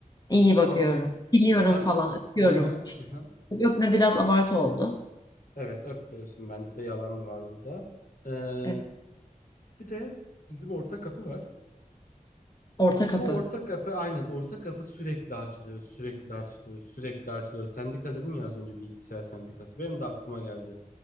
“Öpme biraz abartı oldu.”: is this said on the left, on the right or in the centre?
Left